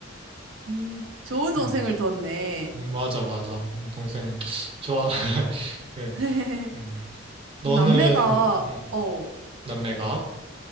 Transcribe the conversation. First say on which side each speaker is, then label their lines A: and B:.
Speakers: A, on the right (about 75°); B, on the right (about 30°).
A: 음, 좋은 동생을
B: 음.
A: 뒀네.
B: 음, 맞아, 맞아. 우리 동생 좋아. <laughs> 그,
A: <laughs>
B: 음. 너는
A: 남매가,
B: 음,
A: 어,
B: 남매가?